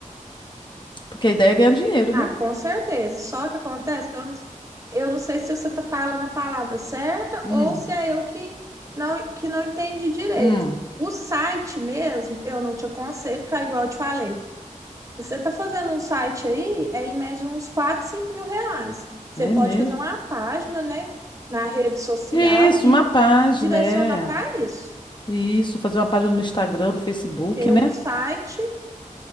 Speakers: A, on the left; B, on the right.
A: Porque a ideia é ganhar dinheiro,
B: Ah,
A: né?
B: com certeza. Só que acontece que eu não, eu não sei se você está falando a palavra certa
A: Hum,
B: ou se é eu que não, que não entendi direito.
A: hum,
B: O site mesmo, eu não te aconselho, porque é igual eu te falei, você está fazendo um site aí, é em média uns 4, 5 mil reais. Você
A: é
B: pode
A: mesmo.
B: fazer uma página, né, na rede social
A: Isso,
B: e
A: uma página,
B: direcionar
A: é.
B: para isso.
A: Isso, fazer uma página no Instagram, no Facebook,
B: Porque
A: né?
B: um site,